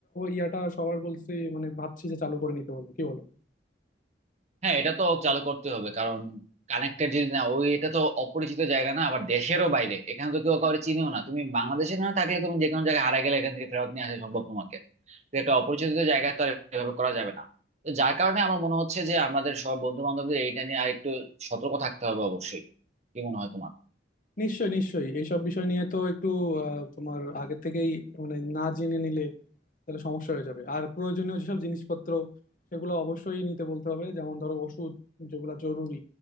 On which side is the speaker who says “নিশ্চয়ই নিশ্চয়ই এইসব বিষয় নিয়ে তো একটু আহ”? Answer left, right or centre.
Left